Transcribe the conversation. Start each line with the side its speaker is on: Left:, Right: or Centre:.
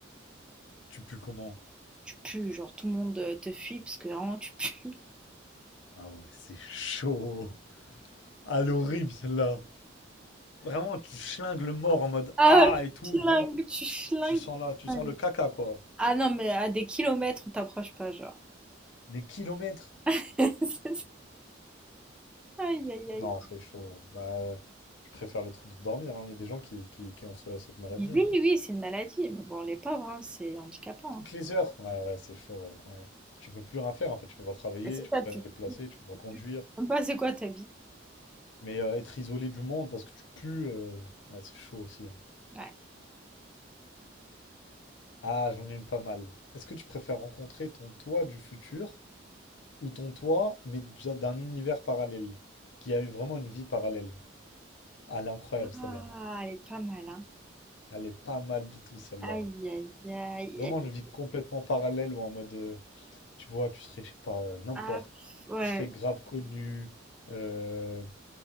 Left: tu pues comment?
Centre: Tu pues, genre tout le monde euh, te fuit parce que vraiment tu pues. <laughs>
Left: Ah ouais, c'est chaud. Ah, l'horrible celle-là. Vraiment, tu chlingues le mort en mode
Centre: Ah,
Left: ah
Centre: ouais,
Left: et tout.
Centre: tu flingues,
Left: Vraiment,
Centre: tu flingues.
Left: tu sens
Centre: tu
Left: là, tu
Centre: flingues.
Left: sens le caca, quoi.
Centre: Ah non, mais à des kilomètres, on t'approche pas, genre.
Left: Des kilomètres.
Centre: <laughs> Aïe, aïe, aïe.
Left: Non, c'est chaud. Bah, euh, je préfère le truc de dormir, hein. Il y a des gens qui, qui, qui ont ce- cette maladie.
Centre: Mais Oui,
Left: hein.
Centre: oui, c'est une maladie. Mais bon, les pauvres, hein, c'est handicapant.
Left: Toutes
Centre: hein.
Left: les heures. Ouais, ouais, c'est chaud, ouais, ouais. Tu peux plus rien faire, en fait. Tu peux pas travailler,
Centre: Et C'est
Left: tu
Centre: ça, tu
Left: peux pas te déplacer,
Centre: tu-
Left: tu peux pas conduire.
Centre: tu- Même pas c'est quoi ta vie?
Left: Mais euh, être isolé du monde parce que tu pues, euh, ouais, c'est chaud aussi. hein.
Centre: Ouais.
Left: Ah, j'en ai une pas mal. Est-ce que tu préfères rencontrer ton toi du futur ou ton toi, mais déjà d'un univers parallèle, qui a eu vraiment une vie parallèle? Ah, elle est incroyable, celle-là.
Centre: Ah, elle est pas mal, hein.
Left: Elle est pas mal du tout, celle-là.
Centre: Aïe, aïe, aïe.
Left: Vraiment
Centre: aïe.
Left: une vie complètement parallèle ou en mode... euh, Tu vois, tu serais, je sais pas, euh, n'importe.
Centre: Ah, ouais.
Left: Tu serais grave connu, euh,